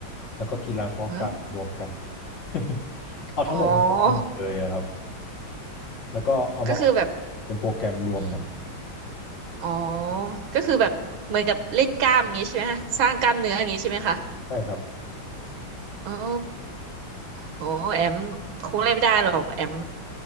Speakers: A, on the left (about 65°); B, on the right (about 80°).
A: แล้วก็กีฬาเพาะกายมารวมกัน
B: ฮะ
A: <laughs> เอาทั้งหมดมารวมกันหมดเลยอะครับ
B: อ๋อ
A: แล้วก็เอามาออก
B: ก็คือแบบ
A: เป็นโปรแกรมรวมกัน
B: อืมอ๋อก็คือแบบเหมือนกับเล่นกล้ามอย่างนี้ใช่ไหมคะสร้างกล้ามเนื้ออย่างนี้ใช่ไหมคะ
A: ใช่ครับ
B: อ๋อโอ้แอมคงเล่นไม่ได้หรอกแอม